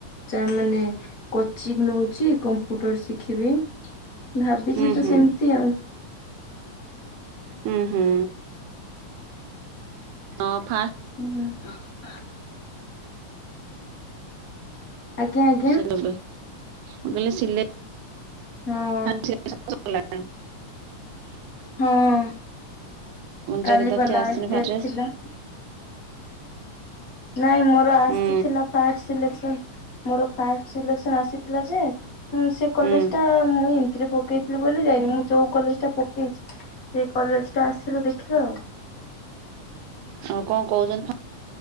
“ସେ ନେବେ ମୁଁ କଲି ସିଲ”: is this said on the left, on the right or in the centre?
Right